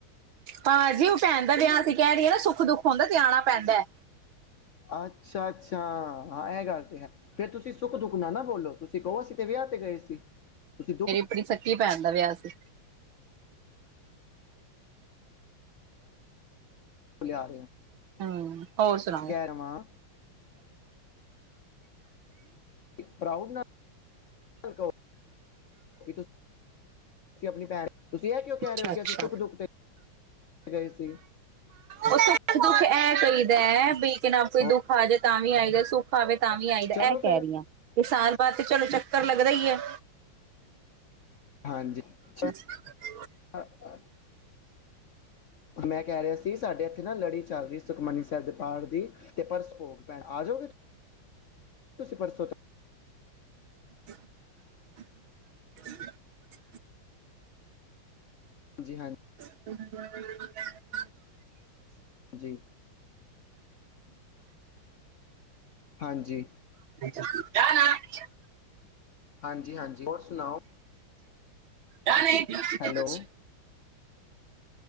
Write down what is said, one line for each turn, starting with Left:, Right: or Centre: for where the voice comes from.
Right: ਹਾਂਜੀ, ਓ ਭੈਣਦਾ ਵਿਆਹ ਅਸੀਂ ਕਹਿ ਦੀਏ ਨਾ ਸੁੱਖ-ਦੁੱਖ ਹੁੰਦਾ ਤੇ ਆਣਾ ਪੈਂਦਾ।
Left: ਅੱਛਾ-ਅੱਛਾ, ਹਾਂ ਐ ਗਾੱਲ ਤੇ ਹੈ, ਫੇਰ ਤੁਸੀਂ ਸੁੱਖ-ਦੁੱਖ ਨਾ ਨਾ ਬੋਲੋ ਤੁਸੀ ਕਓ ਅਸੀ ਤੇ ਵੇਆ ਤੇ ਗਏ ਸੀ, ਤੁਸੀ ਦੁੱਖ-
Right: ਮੇਰੀ ਸੱਕੀ ਭੈਣ ਦਾ ਵੇਆ ਸੀ।
Left: ਲੀਆ
Right: ਹੂੰ, ਹੋਰ ਸੁਣਾਓ?
Left: ਰਵਾਂ ਪ੍ਰਾਊਡ ਨਾਲ <unintelligible> ਤੁਸੀਂ ਆਪਣੀ ਭੈਣ ਤੁਸੀਂ ਇਹ ਕਿਉਂ ਕਹਿ
Right: ਅੱਛਾ
Left: ਰਹੇ ਹੋ ਕਿ
Right: ਅੱਛਾ
Left: ਅਸੀਂ ਸੁੱਖ ਦੁੱਖ ਤੇ ਗਏ ਸੀ।
Right: ਉਹ ਸੁੱਖ ਦੁੱਖ ਇਹ ਚਾਹੀਦਾ ਹੈ ਬਈ ਕਿ ਨਾ ਕੋਈ
Left: ਹੋਰ
Right: ਦੁੱਖ ਆ ਜਾਵੇ ਤਾਂ ਵੀ ਆਈਦਾ ਸੁੱਖ ਆਵੇ ਤਾਂ ਵੀ ਆਈਦਾ
Left: ਚਲੋ
Right: ਇਹ ਕਹਿ
Left: ਫਿਰ
Right: ਰਹੀ ਹਾਂ ਸਾਲ ਬਾਦ ਤੇ ਚਲੋ ਚੱਕਰ ਲੱਗਦਾ ਹੀ ਹੈ।
Left: ਹਾਂਜੀ।
Right: <inaudible>
Left: ਚ- <unintelligible> ਮੈਂ ਕਹਿ ਰਿਆ ਸੀ। ਸਾਡੇ ਇੱਥੇ ਨਾ ਲੜੀ ਚੱਲ ਰਹੀ। ਸੁਖਮਨੀ ਸਾਹਿਬ ਦੇ ਪਾਠ ਦੀ ਤੇ ਪਰਸੋਂ ਭੋਗ ਪੈਣਾ ਆਜੋਗੇ ਤੁਸੀਂ ਪਰਸੋਂ ਤੋਂ
Right: <unintelligible> <unintelligible>
Left: ਹਾਜੀ-ਹਾਂਜੀ।
Right: <inaudible>
Left: ਜੀ। ਹਾਂਜੀ।
Right: <unintelligible>
Left: ਹਾਂਜੀ-ਹਾਂਜੀ ਹੋਰ ਸੁਣਾਓ?
Right: ਕ ਨਹੀਂ <unintelligible>
Left: ਹੈਲੋ